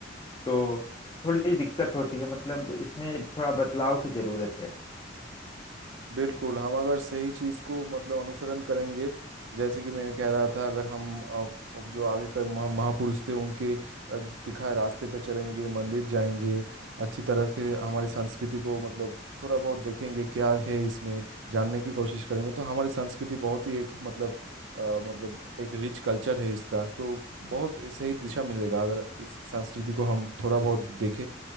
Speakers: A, on the left; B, on the right.
A: तो थोड़ी दिक्कत होती है मतलब इसमें थोड़ा बदलाव की जरूरत है
B: बिल्कुल हम अगर सही चीज को मतलब अनुसरण करेंगे जैसे कि मैंने कह रहा था अगर हम अ, अब जो आगे का महा- महापुरुष थे उनके अ, दिखाए रास्ते पे चलेंगे मंदिर जाएंगे अच्छी तरह के हमारी संस्कृति को मतलब थोड़ा बहुत देखेंगे क्या है इसमें जानने की कोशिश करेंगे तो हमारी संस्कृति बहुत ही एक मतलब अ, मतलब एक रिच कल्चर है इसका तो बहुत सही दिशा मिलेगा अगर इस संस्कृति को हम थोड़ा बहुत देखें